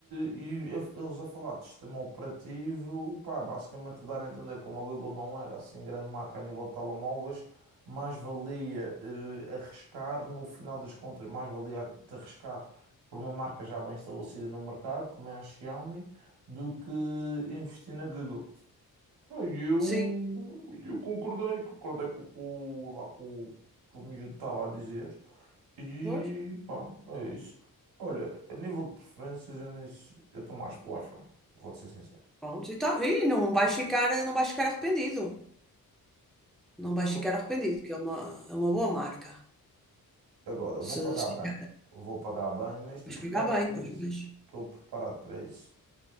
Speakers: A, on the right; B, in the centre.
A: E a- eles a falar de sistema operativo, pá, basicamente a dar a entender como a Google não era assim grande marca a nível de telemóveis, mais valia eh, arriscar no final das contas, mais valia ar- te arriscar por uma marca já bem estabelecida no mercado, como é a Xiaomi, do que investir na Google. Pá, e eu,
B: Sim,
A: eu concordei, concordei com, o que o- lá com, o que o miúdo estava a dizer. E
B: pois.
A: pá, é isso. Olha, a nível de preferências, eu nem se- eu estou mais pelo iPhone, vou-te ser sincero.
B: Pronto, e, tá, e não vais ficar, não vais ficar arrependido. Não vais
A: Mo-
B: ficar arrependido, que é uma, é uma boa marca.
A: Agora,
B: Se,
A: vou pagar
B: se ficar,
A: bem, vou pagar bem, mas estou
B: vais
A: preparado
B: pagar bem,
A: para
B: pois
A: isso.
B: vais.
A: Estou preparado para isso.